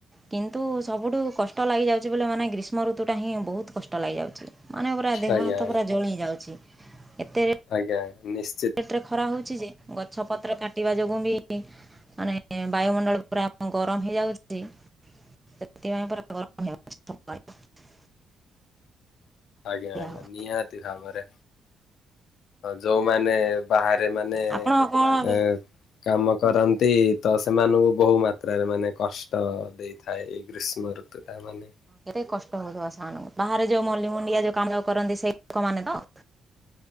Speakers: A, on the right; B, on the left.
A: କିନ୍ତୁ ସବୁଠୁ କଷ୍ଟ ଲାଗିଯାଉଛି ବୋଲି ମାନେ ଗ୍ରୀଷ୍ମ ଋତୁଟା ହିଁ ବହୁତ କଷ୍ଟ ଲାଗିଯାଉଛି। ମାନେ ପୁରା ଦେହ
B: ଆଜ୍ଞା
A: ହାତ
B: ଆଜ୍ଞା
A: ପୁରା ଜଳି ଯାଉଛି ଏତେରେ
B: ଆଜ୍ଞା ନିଶ୍ଚୟ।
A: ଏତେ ଖରା ହଉଛି ଯେ ଗଛ ପତ୍ର କାଟିବା ଯୋଗୁଁ ବି ମାନେ ବାୟୁମଣ୍ଡଳ ପରା ଗରମ ହେଇଯାଉଛି। ସେଥିପାଇଁପରା <unintelligible>
B: <inaudible> ଆଜ୍ଞା ଆଜ୍ଞା
A: ଆଉ
B: ନିହାତି ଭାବରେ ଯୋଉମାନେ ବାହାରେ ମାନେ
A: ଆପଣ କ'ଣ ଏବେ
B: ଏ କାମ କରନ୍ତି ତ ସେମାନଙ୍କୁ ବହୁ ମାତ୍ରାରେ ମାନେ କଷ୍ଟ ଦେଇଥାଏ ଏଇ ଗ୍ରୀଷ୍ମ ଋ ତ ତାମାନେ
A: କେତେ କଷ୍ଟ ହଉିବ ସେମାନଙ୍କୁ ବାହାରେ ଯୋଉ ମଳିମୁଣ୍ଡିଆ ଯୋଉ କାମ କରନ୍ତି ସେଇ ଲୋକମାନୋନେ ତ